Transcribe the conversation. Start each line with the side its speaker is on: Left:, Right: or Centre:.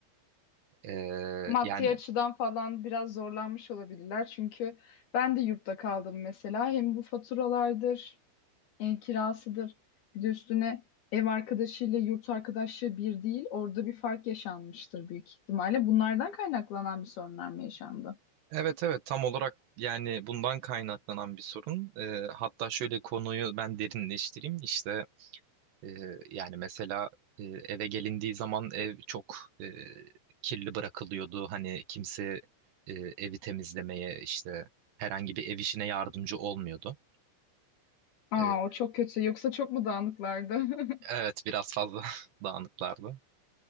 Right: E,
Left: <laughs> Maddi
Right: yani
Left: açıdan falan biraz zorlanmış olabilirler. Çünkü ben de yurtta kaldım mesela. Hem bu faturalardır, ev kirasıdır. Bir de üstüne ev arkadaşıyla yurt arkadaşı bir değil. Orada bir fark yaşanmıştır büyük ihtimalle. Bunlardan kaynaklanan bir sorunlar mı yaşandı?
Right: evet evet tam olarak yani bundan kaynaklanan bir sorun. E, hatta şöyle konuyu ben derinleştireyim. İşte Ee, yani mesela e, eve gelindiği zaman ev çok e, kirli bırakılıyordu. Hani kimse e, evi temizlemeye işte herhangi bir ev işine yardımcı olmuyordu.
Left: Aa,
Right: Ee,
Left: o çok kötü. Yoksa çok mu dağınıklardı?
Right: evet
Left: <laughs>
Right: biraz fazla <laughs> dağınıklardı.